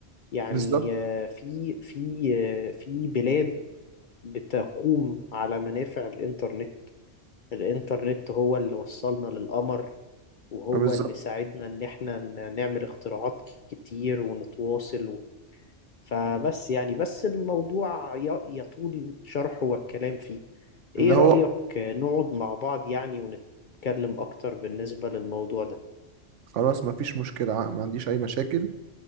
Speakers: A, on the left (about 55°); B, on the right (about 75°).
A: يعني
B: بالظبط
A: آه، في في آه، في بلاد بتقوم على منافع الانترنت الانترنت هو اللي وصلنا للقمر وهو
B: بالظبط
A: اللي ساعدنا إن إحنا ن- نعمل اختراعات كتير ونتواصل و... فبس يعني بس الموضوع ي- يطول شرحه والكلام فيه إيه
B: ان هو
A: رأيك نقعد مع بعض يعني ونتكلم أكتر بالنسبة للموضوع ده
B: خلاص مفيش مشكله ما عنديش اي مشاكل